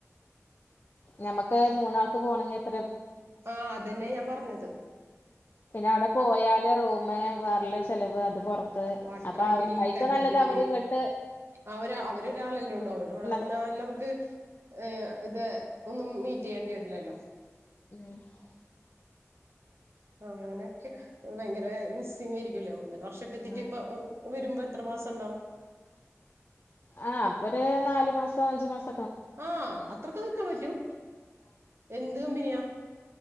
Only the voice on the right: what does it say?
ആഹ് അതെന്നെ ഞാൻ പറഞ്ഞ
വാട്ടർബില്ല്
കറണ്ട്ബില്ല്
അവര് അവ ഒരാളെല്ലേ ഉള്ളൂ അവര് അവിടെ
വന്നാൽ നമുക്ക് ഏ ഇത് ഒന്നും മീറ്റിയ്യേണ്ടി വരില്ലല്ലോ
അങ്ങനെയൊക്കെ ഭയങ്കര മിസ്സിങ്യിരിക്കല്ലോ വന്നാ വർഷക്കെത്തീറ്റ്
ഇപ്പ വ വരുമ്പോ എത്ര മാസംണ്ടാവും
ആ അത്രക്കെ നിക്കാൻ പറ്റും എന്ത് കമ്പനിയാ